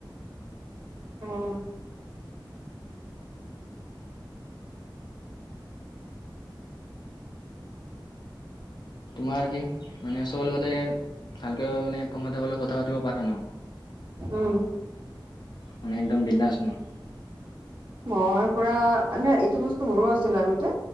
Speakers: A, on the right (about 70°); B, on the left (about 60°).
A: উম।
B: তোমাৰ কি? মানে চবৰ লগতে ভালকে মানে কম্ফৰ্তেবুল হৈ কথা পাতিব পাৰা ন'?
A: উম।
B: মানে একদম বিন্দাছ ন'?
A: মই পুৰা, নাই এইটো বস্তু মোৰো আছিল আগতে।